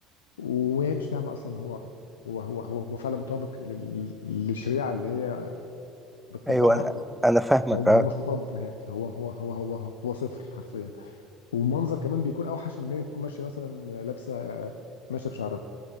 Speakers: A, on the left (about 85°); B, in the centre.
A: وهي مش فاهمه اصلا هو هو هو هو, هو فعلا مطابق لل- للشريعه اللي هي بتطبقها
B: ايوه انا
A: ولا لا
B: انا فاهمك
A: هو
B: اه
A: هو مش مطابق نهائي هو هو هو هو هو صفر حرفيا والمنظر كمان بيكون اوحش من ان هي تكون ماشيه مثلا لابسه ماشيه بشعرها